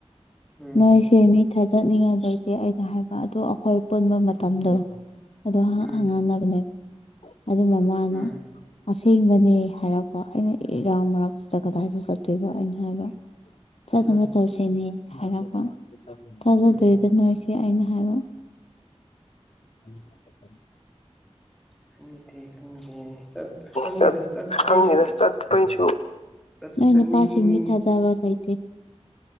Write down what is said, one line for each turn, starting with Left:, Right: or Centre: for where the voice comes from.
Centre: ꯎꯝ
Left: ꯅꯣꯏꯁꯦ ꯃꯤ ꯊꯥꯖꯠꯅꯤꯡꯉꯥꯏ ꯂꯩꯇꯦ ꯑꯩꯅ ꯍꯥꯏꯕ ꯑꯗꯨꯗ ꯑꯩꯈꯣꯏ ꯄꯨꯟꯕ ꯃꯇꯝꯗꯣ
Centre: ꯎꯝ
Left: ꯑꯗ
Centre: ꯎꯝ
Left: ꯍꯪ ꯉꯟꯅꯕꯅꯦꯕ ꯑꯗꯨꯅ ꯃꯥꯅ
Centre: ꯎꯝ
Left: ꯑꯁꯦꯡꯕꯅꯦ ꯍꯥꯏꯔꯛꯄ ꯑꯩꯅ ꯏꯔꯥꯎ ꯃꯔꯛꯁꯤꯗ ꯀꯗꯥꯏꯗ ꯆꯠꯇꯣꯏꯕ ꯑꯩꯅ ꯍꯥꯏꯕ ꯆꯠꯅꯕ
Centre: ꯎꯝ
Left: ꯇꯧꯁꯤꯅꯦ ꯍꯥꯏꯔꯛꯄ ꯊꯥꯖꯗ꯭ꯔꯤꯗ
Centre: ꯎꯝ
Left: ꯅꯣꯏꯁꯦ ꯑꯩꯅ ꯍꯥꯏꯕ ꯎꯝ
Centre: ꯈꯪꯗꯦ ꯈꯪꯗꯦ ꯆꯠ ꯈꯪꯗꯦꯗ
Left: ꯁ
Centre: ꯆꯠꯄꯩꯁꯨ
Left: ꯆꯁꯨ
Centre: ꯆꯠꯁꯨ
Left: ꯅꯣꯏꯅ
Centre: ꯆꯠꯅꯤꯡꯉꯤ
Left: ꯄꯁꯤꯅꯤ ꯊꯥꯖꯥꯕ ꯂꯩꯇꯦ